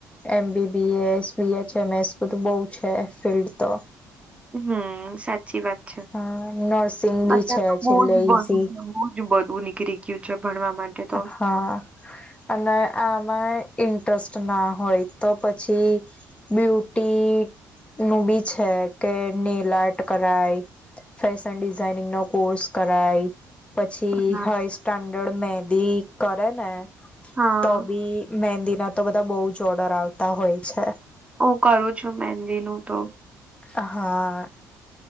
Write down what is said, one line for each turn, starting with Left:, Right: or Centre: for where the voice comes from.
Left: M B B S, B H M S બધું બઉ છે ફિલ્ડ તો.
Right: હમ્મ સા સાચી વાત છે
Left: હા નર્સિંગ બી
Right: અત્યારે
Left: છે
Right: તો
Left: છેલ્લે
Right: બોજ
Left: ઈઝી
Right: બધું બો જ બધું નીકળી ગયું છે ભણવા માટે તો.
Left: હા અને આમાં ઇન્ટરેસ્ટ ના હોય તો પછી બ્યુટી નું બી છે. કે નેલ આર્ટ કરાય, ફેશન ડિઝઇનિંગ નો કોર્સ કરાય પછી
Right: હા
Left: હ સ્ટાન્ડર્ડ મેજ <unintelligible> કરેને
Right: હા,
Left: તો બી મેંદી ના તો બધા બઉુ જ ઓર્ડર આવતા હોય છે.
Right: હું કરું છું, મહેંદીનું તો
Left: હા.